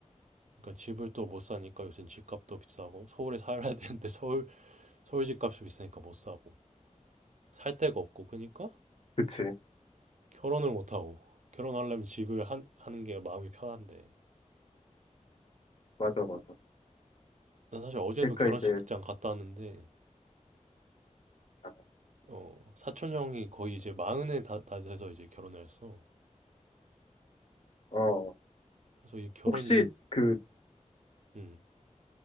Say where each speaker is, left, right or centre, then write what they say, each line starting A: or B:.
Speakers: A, on the right; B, on the left.
A: 그러니까 집을 또 못 사니까 요새 집값도 비싸고 서울에 살아야 <laughs> 되는데 서울 서울 집값이 비싸니까 못 사고 살 데가 없고 그러니까
B: 그치.
A: 결혼을 못 하고 결혼하려면 집을 한- 하는 게 마음이 편한데
B: 맞아, 맞아.
A: 난 사실 어제도
B: 그러니까
A: 결혼식
B: 이제,
A: 극장 갔다 왔는데
B: 아,
A: 어 사촌 형이 거의 이제 마흔에 다, 다 돼서 이제 결혼을 했어
B: 어,
A: 그래서 이 결혼
B: 혹시
A: 이제
B: 그
A: 음어